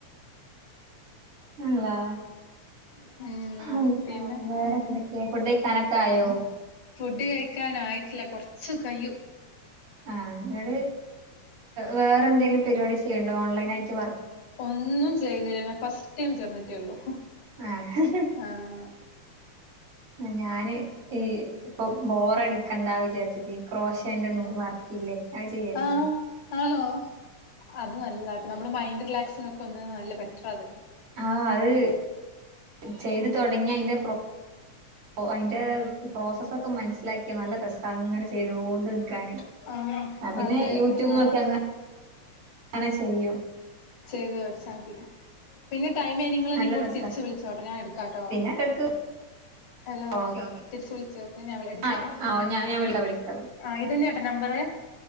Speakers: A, on the right (about 65°); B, on the left (about 70°).
A: അള്ളാ
B: <unintelligible> ഉം
A: അള്ളാ
B: പിന്ന
A: വേറെ എന്തൊക്കെയാ ഫുഡ് കഴിക്കാനൊക്കെ ആയോ
B: ഫുഡ് കഴിക്കാനായിട്ടില്ല കുറച്ച് കഴ്യു
A: ആ നിട് വേറെ എന്തെങ്കലും പരിപാടി ചെയ്യണ്ടോ ഓൺലൈൻ ആയിട്ട്
B: ഒന്നും ചെയ്യുന്നില്ല ഫസ്റ്റ് ഇറ്റം ചേർന്നിട്ടേള്ളൂ
A: ആഹ്
B: ആഹ
A: ഞാന് ഈ ഇപ്പൊ ബോറ അടിക്കണ്ട വിചാരിച്ചിട്ട് ഈ ക്രോഷേന്റെ വർക്ക ഇല്ലേ അത് ചെയ്യലുണ്ട്
B: ആഹ് ആണോ അത് നല്ലതായിട്ട് നമ്മള് മൈൻഡ് റിലാക്സിനൊക്കെ വന്ന് നല്ല ബെറ്റർ അത്
A: ആഹ അത് ചെയ്ത് തുടങ്ങിയ അതിന്റെ ഓ അതിന്റെ പ്രോസസ്സ ഒക്കെ മനസ്സിലാക്കിയ നല്ല രസ അങ്ങനെ ചെയ്തൊണ്ട് നിക്കാന്
B: ആ
A: ആ പിന്നെ
B: അതെ
A: യൂട്യൂബ്
B: ആ
A: നോക്കി അങ്ങ അങ്ങനെ ചെയ്യും
B: ചെയ്ത് വരിച്ചാൽ മതി പിന്നെ ടൈ നിങ്ങൾെ
A: നല്ല
B: ഇങ്ങട്ട
A: രസാ
B: തിരിച്ച് വിളോട്ടോ ഞാ എടുക്കാട്ടോ
A: പിന്നെ ഇടക്ക്
B: ഹലോ
A: ഓക്കെ ഓക്കെ
B: തിരിച്ച വിളിച്ചോക്കെ ഞ എടുക്കാം
A: ആ ഞാൻ ഞാൻ വിളിക്കാം വിളിക്കാം
B: ആ ഇത് നമ്പര്